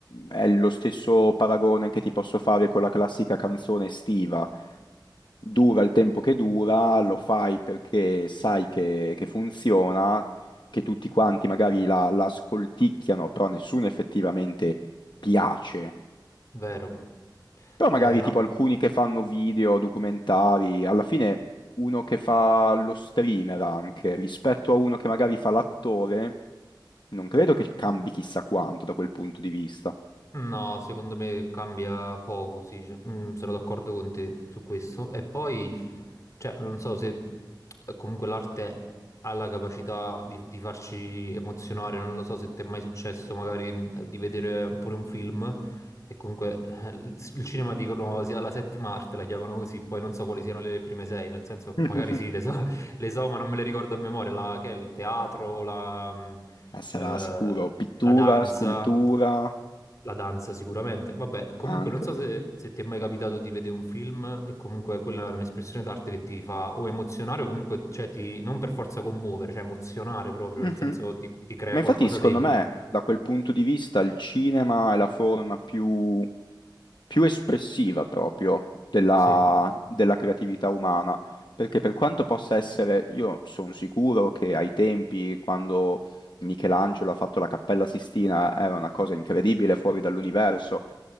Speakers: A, on the left (about 70°); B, on the left (about 40°).
A: è lo stesso paragone che ti posso fare con la classica canzone estiva dura il tempo che dura, lo fai perché sai che, che funziona, che tutti quanti magari la, la ascolticchiano, però nessuno effettivamente piace.
B: vero?
A: Però
B: È
A: magari
B: una-
A: tipo alcuni che fanno video, documentari, alla fine uno che fa lo streamer anche, rispetto a uno che magari fa l'attore, non credo che cambi chissà quanto da quel punto di vista.
B: No, secondo me cambia poco, sì, cioè, mm, sono d'accordo con te su questo. E poi, cioè, non so se eh, comunque l'arte ha la capacità di, di farci emozionare, non lo so se ti è mai successo magari mm, di vedere pure un film, che comunque eh, il il cinema dicono sia la settima arte, la chiamano così, poi non so quali siano le prime sei, nel senso
A: <laughs>
B: magari sì, le so, le so, ma non me le ricordo a memoria, la, che è il teatro, la, mh,
A: Eh, Sarà
B: eh,
A: sicuro pittura,
B: la danza,
A: scultura,
B: la danza sicuramente. Vabbè, comunque
A: anche.
B: non so se, se ti è mai capitato di vedere un film e comunque quella è un'espressione d'arte che ti fa o emozionare o comunque, cioè, ti, non per forza commuovere, cioè emozionare proprio,
A: Mhm.
B: nel senso ti, ti crea
A: Ma infatti,
B: qualcosa
A: secondo
B: dentro.
A: me, da quel punto di vista, il cinema è la forma più più espressiva proprio della,
B: Sì,
A: della creatività umana, perché per quanto possa essere, io sono sicuro che ai tempi, quando Michelangelo ha fatto la Cappella Sistina, era una cosa incredibile fuori dall'universo.